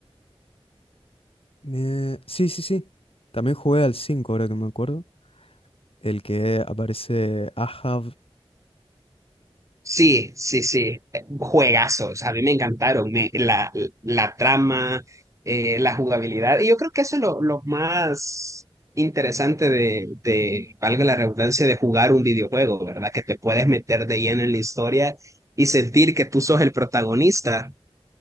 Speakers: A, on the left; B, on the right.
A: Eh, sí, sí, sí. También jugué al 5, ahora que me acuerdo, el que aparece Ahab.
B: Sí, sí, sí, eh, juegazos, a mí me encantaron, me- la, la trama, eh, la jugabilidad, y yo creo que eso es lo, lo más interesante de, de, valga la redundancia, de jugar un videojuego, ¿verdad? Que te puedes meter de lleno en la historia y sentir que tú sos el protagonista.